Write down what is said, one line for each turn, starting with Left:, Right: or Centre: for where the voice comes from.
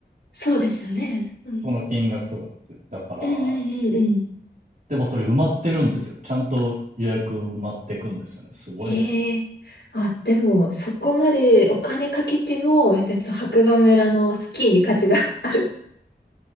Left: そうですよね。うん。
Right: この金額とかですよね。だから、
Left: うんうんうんうん。
Right: でもそれ埋まってるんですよ。ちゃんと予約埋まってくんですよね。すごいですよね。
Left: ええあ、でも、そこまでお金かけても、えっと白馬村のスキーに価値が <laughs> ある。